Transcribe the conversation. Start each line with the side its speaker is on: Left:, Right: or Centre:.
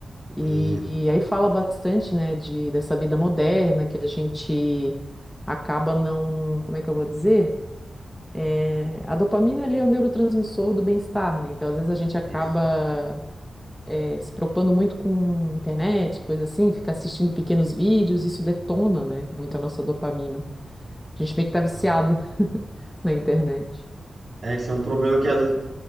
Centre: E,
Right: Hum,
Centre: e aí fala bastante, né, de, dessa vida moderna que a gente acaba não. Como é que eu vou dizer? É, a dopamina ele é o neurotransmissor do bem-estar, né? Então, às vezes a gente acaba
Right: isso.
Centre: é, se preocupando muito com internet, coisa assim, fica assistindo pequenos vídeos, isso detona, né? Muito a nossa dopamina. A gente meio que tá viciado
Right: Ah.
Centre: <laughs> na internet.
Right: É, esse é um problema que às vezes,